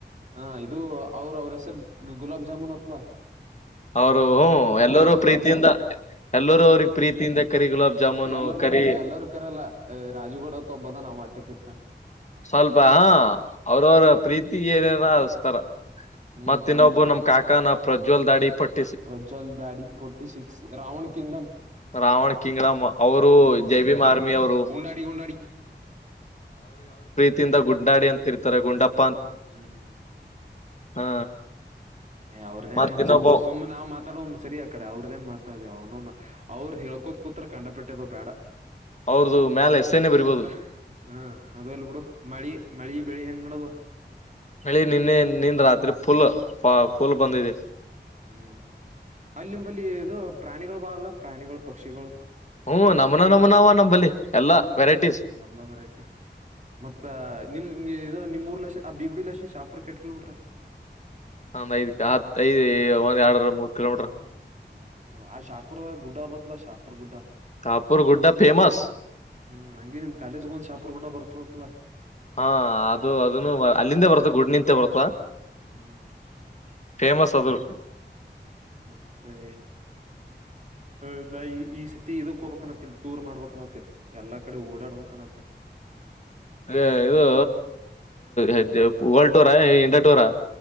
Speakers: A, on the right; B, on the left.
A: ಹ ಇದು ಅವ್ರ ಅವ್ರ ಹೆಸರ್ ಗುಲಾಬ್ ಜಾಮೂನ್ ಅತ್ಲ
B: ಅವರು
A: ಕರಿ
B: ಎಲ್ಲರೂ
A: ಕರಿ ಗುಲಾಬ್
B: ಪ್ರೀತಿಯಿಂದ
A: ಜಾಮೂನ್
B: ಎಲ್ಲರೂ ಅವ್ರಿಗೆ ಪ್ರೀತಿಯಿಂದ ಕರಿ ಗುಲಾಬ್ ಜಾಮೂನು
A: ಎಲ್ಲರೂ
B: ಕರಿ
A: ಕ ಎಲ್ಲರ ಕರಲ್ಲ ರಾಜುಗೂಡತ್ ಹೋಗಬೋದ ನಾವ್ ಆಟ್ ಕರಿ ತನ್
B: ಸ್ವಲ್ಪ ಹ ಅವ್ರವ್ರ ಪ್ರೀತಿ ಏನರ ಅಸ್ತಾರ
A: ಹ್ಮ್
B: ಮತ್ ಇನ್ನೊಬ್ಬ ನಮ್ ಕಾಕಾನಪ್ ಪ್ರಜ್ವಲ್ ದಡಿ ಪಟ್
A: ಪ್ರಜ್ವಲ್ ದಾಡಿ forty six Ravan kingdom
B: Ravan kingdom ಅವರು
A: ಹ್ಮ್
B: ಜೈ ಭೀಮ್ ಆರ್ಮಿ ಅವರು
A: ಉಂಡಾಡಿ ಉಂಡಾಡಿ
B: ತಿಂತ ಗುಂಡಾಡಿ ಅಂತಿರ್ತಾರೆ ಗುಂಡಾಪ್ಪ
A: ಹ್ಮ್
B: ಹಾ
A: ಅವ್ರದೇನ್
B: ಮತ್ತ
A: ಹೆಚ್ಚಪ್ಪ
B: ಇನ್ನೊಬ್ಬ
A: ಸುಮ್ನೆ ನಾವ್ ಮಾತಾಡೋಂದ ಸರಿ ಆ ಕಡೆ ಅವ್ರದೇನ್ ಮಾತಾಡ್ದ ಅವ್ನುೂ ಅವ್ರ ಹೇಳ್ಕೋದ ಕುೂತ್ರ ಕಂಡ ಬಿಟ್ಟದ ಬೇಡ
B: ಅವ್ರದು ಮ್ಯಾಲ ಎಸ್ಸೆನೆ ಬರಿಬೋದು
A: ಮತ್ತ ಹಾ ಅದಲ್ ಬಿಡು ಮಳಿ ಮಳಿ ಬೆಳಿ ಹೆಂಗ್ ಮಾಡದು
B: ಮಳಿ ನಿನ್ನೆ ನಿಂದ ರಾತ್ರಿ ಫುಲ್ ಫುಲ್ ಬಂದಿದೆ
A: ಹ್ಮ್ ಅಲ್ಲಿ ನಿಂಬಲ್ಲಿ ಇದು ಪ್ರಾಣಿಗಳು ಬಾರಲ್ಲ ಪ್ರಾಣಿಗಳು ಪಕ್ಷಿಗಳು
B: ಹ್ಮ್ ನಮನ ನಮನ ಅವ ನಂಬಲ್ಲಿ ಎಲ್ಲಾ ವೆರೈಟೀಸ್
A: ಹ್ಮ್ ಎಲ್ಲ ವೆರೈಟಿ ಮತ್ತ ನಿಮ್ ಇ ನಿಮ್ಮ ಅ ಬಬಗುಡಿ ಲ ಶಾಪುರ್ ಕೆ ಕಿೋಮೀಟರಾ
B: ಹ ಐದತ್ ಐದ ಒ ಎರ ಮೂತ್ ಕಿಲೋಮೀಟರ್
A: ಹಾ ಆ ಶಾಪು ಗುಡ್ಡಬತ್ ಶಾಪ ಹತ್ತರ್ ಗುಡ್ಡ
B: ಕಾಪೂರ್ ಗುಡ್ಡಾ ಫೇಮಸ್
A: ಹ್ಮ್ ಹಂಗಗೆ ನಿಮ್ ಕಾಲೇಜ್ ಗೂ ಶಾಪರ್ ಗುಡ್ಡ ಬರ್ತಲಾ
B: ಹಾ ಅದು ಅದನು ಅಲ್ಲಿಂದ ಬರ್ತ ಗುಡ್ ನಿಂತೆ ಬರ್ತ
A: ಹ್ಮ್
B: ಫೇಮಸ್
A: ಮತ್ತ
B: ಅದು
A: ಮತ್ತೆ ಆಲ್ಲಾ ಈ ಈ ಸತಿ ಹೋಗಬೇಕ ಅಂತೀ ಟೂರ್ ಮಾಡಬೇಕು ಅತ್ತನಿ ಎಲ್ಲಾ ಕಡೆ ಓಡಾಡ್ಬೇಕಕ್ನತ್ತೇತಿ
B: ಅದೇ ಇದು ಹೆಜ ವರ್ಲ್ಡ್ ಟೂರ್ ಇಂಡಾ ಟೂರಾ